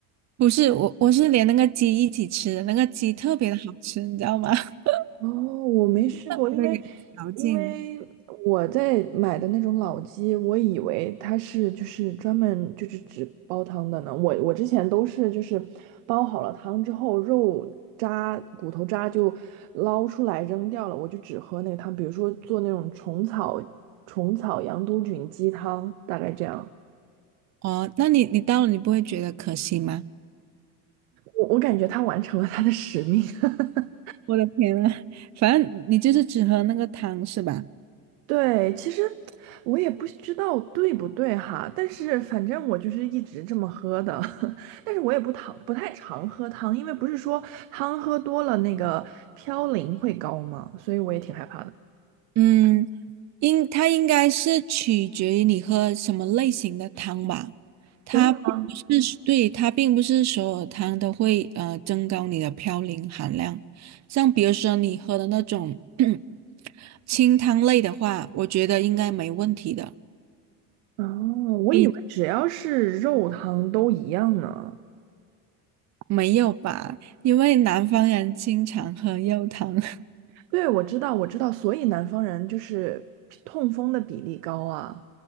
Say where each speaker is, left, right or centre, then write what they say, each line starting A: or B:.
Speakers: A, on the right; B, on the right.
A: 不是我我是连那个鸡一起吃的，那个鸡特别的好吃，你知道吗？<laughs>
B: 哦，我没试过，
A: 那个有嚼劲。
B: 因为因为我在买的那种老鸡，我以为它是就是专门就是只煲汤的呢。我我之前都是就是煲好了汤之后，肉渣骨头渣就捞出来扔掉了，我就只喝那个汤。比如说做那种虫草虫草羊肚菌鸡汤，大概这样。
A: 哦，那你你到了你不会觉得可惜吗？
B: 我我感觉他完成了他的使命。<laughs>
A: 我的天呐，反正你就是只喝那个汤是吧？
B: 对，其实我也不知道对不对哈，但是反正我就是一直这么喝的，<laughs> 但是我也不糖不太常喝汤，因为不是说汤喝多了那个嘌呤会高吗？所以我也挺害怕的。
A: 嗯。应它应该是取决于你喝什么类型的汤吧，它并不是，
B: 真的吗？
A: 对，它并不是所有汤都会呃增高你的嘌呤含量。像比如说你喝的那种 <clears throat> 清汤类的话，我觉得应该没问题的。
B: 哦，我以为只要是肉汤都一样呢。
A: 比没有吧，因为南方人经常喝肉汤，<laughs>
B: 对，我知道，我知道，所以南方人就是痛风的比例高啊，